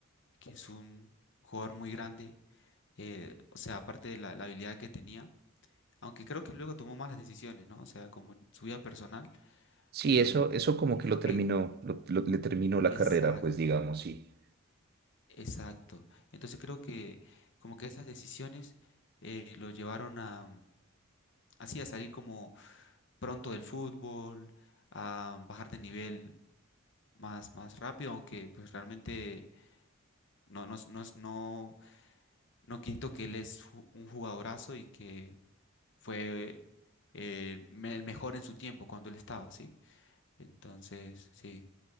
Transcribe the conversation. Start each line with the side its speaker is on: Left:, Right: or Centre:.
Left: que es un jugador muy grande, eh, o sea, aparte de la, la habilidad que tenía, aunque creo que luego tomó malas decisiones, ¿no? O sea, como en su vida personal,
Right: Sí,
Left: em,
Right: eso, eso como
Left: y
Right: que
Left: creo
Right: lo terminó,
Left: que...
Right: lo- lo- le terminó la
Left: Exacto.
Right: carrera, pues digamos, sí.
Left: Exacto. Entonces creo que como que esas decisiones eh, lo llevaron a mm, así a salir como pronto del fútbol, a bajar de nivel más, más rápido, aunque pues realmente no, no, no, no, no quito que él es ju- un jugadorazo y que fue eh, me- el mejor en su tiempo cuando él estaba, ¿sí? Entonces, sí.